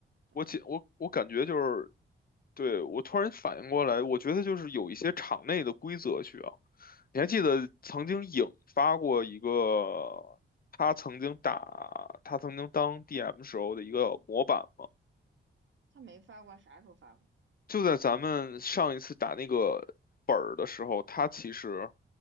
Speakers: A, on the right (about 65°); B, on the left (about 45°).
A: 的。
B: 我解我我感觉就是，对，我突然反应过来，我觉得就是有一些场内的规则需要，你还记得曾经引发过一个他曾经打他曾经当 DM 时候的一个模板吗？
A: 他没发过，啥时候发过？
B: 就在咱们上一次打那个本儿的时候，他其实